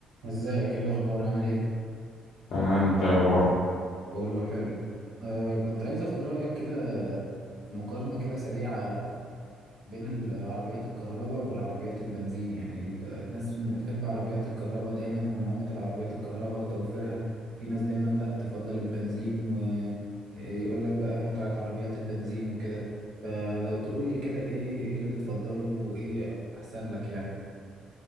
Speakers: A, on the right; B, on the left.
A: ازيك ايه الاخبار عامل ايه
B: تمام انت ايه اخبارك
A: بقول له حلو آه كنت عايز اخد رايك كده في مقارنه كده سريعه بين العربيات الكهرباء والعربيات البنزين يعني ال- الناس بتحب عربيات الكهرباء دايما ونعومه العربيات الكهرباء وتوفيرها في ناس دايما لا تفضل البنزين ويقول لك بقى متعه عربيات البنزين وكده فلو تقول لي كده ايه ايه اللي بتفضله وايه احسن لك يعني